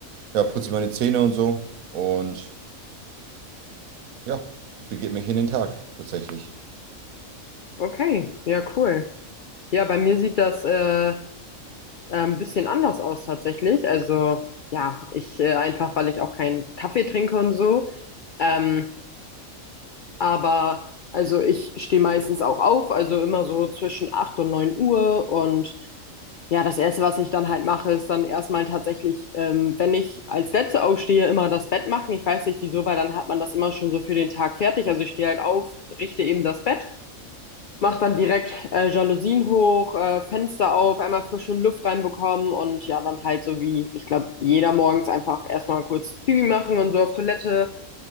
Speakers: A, on the right; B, on the left.
A: ja, putze ich meine Zähne und so und Ja, begebe mich in den Tag tatsächlich.
B: Okay, ja, cool. Ja, bei mir sieht das äh, äh, ein bisschen anders aus tatsächlich. Also ja, ich äh, einfach, weil ich auch keinen Kaffee trinke und so. Ähm, aber also ich stehe meistens auch auf, also immer so zwischen 8 und 9 Uhr und Ja, das Erste, was ich dann halt mache, ist dann erstmal tatsächlich, ähm, wenn ich als Letzte aufstehe, immer das Bett machen. Ich weiß nicht wieso, weil dann hat man das immer schon so für den Tag fertig. Also ich stehe halt auf, richte eben das Bett, mache dann direkt äh, Jalousien hoch, äh, Fenster auf, einmal frische Luft reinbekommen und ja, dann halt so wie, ich glaube, jeder morgens einfach erstmal kurz Pipi machen und so auf Toilette,